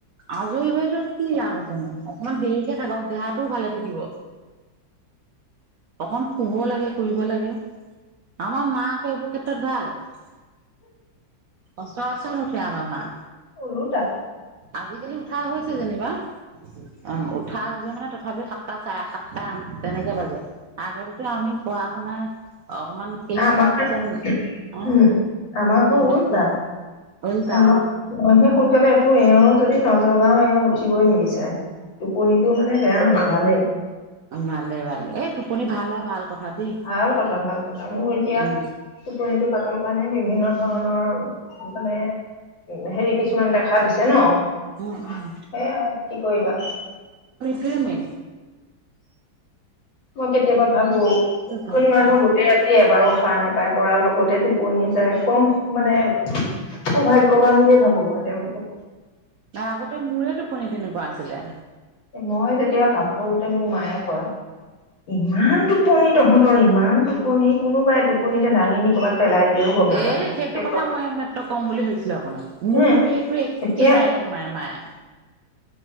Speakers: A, on the right; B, on the left.
A: আজৰি হৈ কি লাভ আছে নো? অকমান দেৰিকে থাকক দেহাটো ভালে থাকিব। অকন শুব লাগে ফুৰিব লাগে। আমাৰ মা আকৌ এইবোৰ ক্ষেত্ৰত ভাল। সচৰাচৰ উঠে আমাৰ মা
B: উলোটা
A: আজিকালি উঠা হৈছে যেনিবা অ উঠা হৈছে মানে তথাপিও সাতটা চাৰে সাতটা তেনেকে বাজে আগতেতো আমি পঢ়া শুনা অকমান শেষ
B: আমাৰ
A: কৰাৰ পিছত অ
B: উম আমাৰ আকৌ
A: ইমান
B: উলটা
A: ওলটা
B: আমাৰ সে সোনকালে এওঁ যদি নজগাও এওঁ উঠিবই নিবিচাৰে টোপনিটো মানে বেয়া নহয় ভালেই।
A: ভালে ভালে এই টোপনি ভাল হোৱা ভাল কথা দেই
B: ভাল কথা ভাল কথা মোৰ এতিয়া
A: উম
B: টোপনিটো পাতল কাৰণে বিভিন্ন ধৰণৰ মানে হেৰি কিছুমান দেখা দিছে ন
A: উম
B: সেয়াই
A: উম
B: কি কৰিবা।
A: তোৱেমে
B: মই কেতিয়াবা ভাবো অকনমানো
A: ভাল অ
B: গোটেই ৰাতি এবাৰো সাৰ নাপাই পৰা লগতে টো- পনি যায় কম মানে সৌভাগ্যৱান বুলিয়ে ভাবো মই। তেওঁলোকক
A: নাই আগতে মোৰে টোপনি তেনেকুৱা আছিলে
B: মই যেতিয়া কাপোৰতে মোক মায়ে কয় ইমান টোপনি তহঁতৰ ইমান টোপনি কোনোবাই টোপনিতে দাঙি নি ক'ৰবাত পেলাই দিলেও গম নাপাবি
A: এ সেইটো কথা
B: কয়
A: মই এই মাত্ৰ ক'ম বুলি ভাবিছিলো আপোনাক মোৰ
B: উম
A: সেইটোৱে একে
B: এতিয়া
A: ডাইলগ মাৰে মায়ে